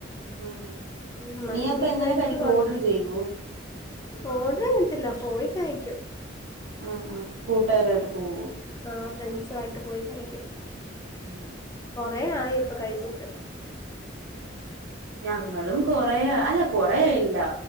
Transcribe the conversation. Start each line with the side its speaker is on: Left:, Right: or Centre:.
Right: ഉംനീ
Left: ഉം മന്തിയൊക്കെ
Right: അപ്പ എങ്ങനെ
Left: കഴിച്ചിട്ട്
Right: കഴിക്കുംഓർഡർ ചെയ്യോ
Left: ഓർഡറെയ്യത്തില്ല പോയി കഴിക്കും
Right: ഉം ഉം കൂട്ടാരായിട്ട് പോവോ
Left: ആ ഫ്രണ്ട്സായിട്ട് പോയി കഴിക്കും.
Right: ഉം
Left: കൊറേ ആയി ഇപ്പൊ കഴിച്ചിട്ട്
Right: ഞങ്ങളും കൊറെ അല്ല കൊറെയില്ല